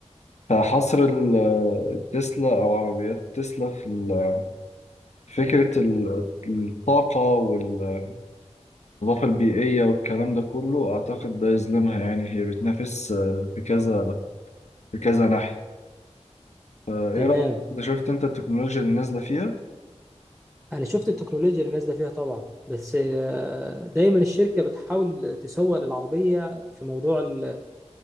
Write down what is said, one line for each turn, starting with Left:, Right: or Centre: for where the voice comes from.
Left: فحصر ال- التسلا أو عربيات تسلا في ال- فكرة ال- الطاقة والنظافة البيئية والكلام ده كله أعتقد ده يظلمها يعني هي بتنافس آه، في كذا في كذا ناحية فإيه
Centre: تمام
Left: رأيك أنت شفت أنت التكنولوجيا اللي نازلة فيها
Centre: أنا شفت التكنولوجيا اللي نازلة فيها طبعا بس آه، دايما الشركة بتحاول تسوق للعربية في موضوع ال-